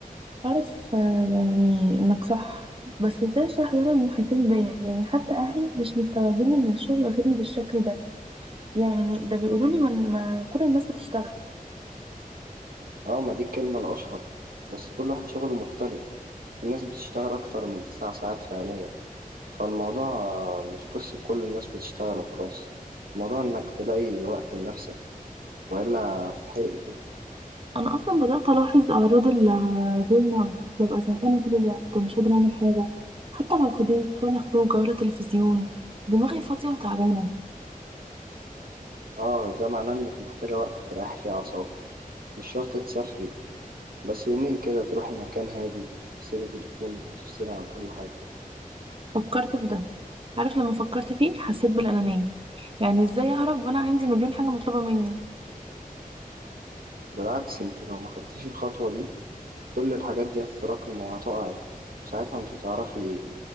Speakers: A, on the right; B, on the right.
A: عارف آه، يعني انك صح بس ازاي اشرح لنا المحيطين بيا يعني حتى اهلي مش مستوعبين ان الشغل واخدني بالشكل ده يعني ده بيقولوا لي ما ما كل الناس بتشتغل
B: اه ما دي الكلمة الأشهر بس كل واحد شغله مختلف الناس بتشتغل أكتر من تسع ساعات فعليا فالموضوع آه، مش قصة كل الناس بتشتغل وخلاص الموضوع إنك تلاقي وقت لنفسك وإلا هتتحرقي كده
A: انا اصلا بدات الاحظ اعراض البرن اوت ببقى زهقانه طول الوقت ومش قادره اعمل حاجه حتى لو فضيت ولا خروجه ولا تلفزيون دماغي فاضيه وتعبانه
B: اه ده معناه إنك محتاجة وقت تريحي فيه أعصابك مش شرط تسافري بس يومين كده تروحي مكان هادي تفصلي تليفونك وتفصلي عن كل حاجة
A: فكرت في ده عارف لما فكرت فيه حسيت بالانانيه يعني ازاي اهرب وانا عندي مليون حاجه مطلوبه مني
B: بالعكس انت لو ما خدتيش الخطوة دي كل الحاجات دي هتتراكم وهتقعي ساعتها مش هتعرفي